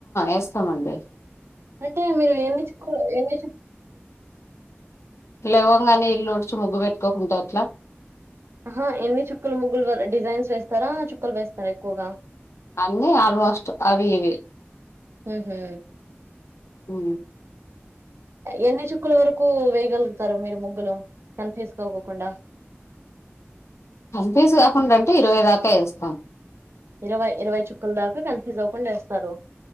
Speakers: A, on the left; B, on the right.
A: ఎస్తామండి
B: అంటే మీరు ఎన్ని చుకు ఎన్ని చు
A: లేవంగానే ఇల్లు ఉడ్చి ముగ్గు పెట్టుకోకుంటే ఎట్లా
B: ఆహ ఎన్ని చుక్కలు ముగ్గులు డిజైన్స్ వేస్తారా చుక్కలు వేస్తారా ఎక్కువగా
A: అన్నీ ఆల్మోస్ట్ అవి ఇవి
B: ఉహు
A: ఉ
B: ఎన్ని చుక్క్ల వరకు వేయగలుగుతారు మీరు ముగ్గులు కన్ఫ్యూజ్ కాకోకుండా
A: కన్ ఫ స్ కాకుండా అంటే ఇరవై దాకా ఇేస్తాం
B: ఇరవై ఇరవై చుక్కల్దాకా కన్ఫిజ్ అవకుండా ఎస్తారు